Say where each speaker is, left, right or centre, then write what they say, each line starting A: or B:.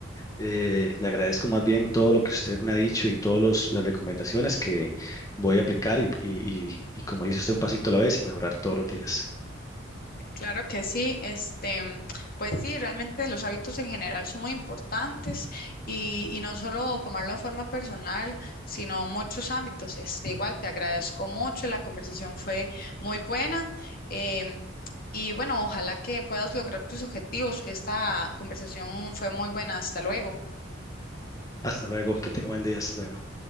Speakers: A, on the left; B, on the left.
A: Eh, le agradezco más bien todo lo que usted me ha dicho y todas las recomendaciones que voy a aplicar y, y, y, y como dice usted, un pasito a la vez y mejorar todos los días.
B: Claro que sí, este, pues sí, realmente los hábitos en general son muy importantes y, y no solo tomarlo de forma personal, sino muchos ámbitos. Este, igual te agradezco mucho, la conversación fue muy buena em, y bueno, ojalá que puedas lograr tus objetivos. Esta conversación fue muy buena, hasta luego.
A: Hasta luego, que tenga buen día, hasta luego.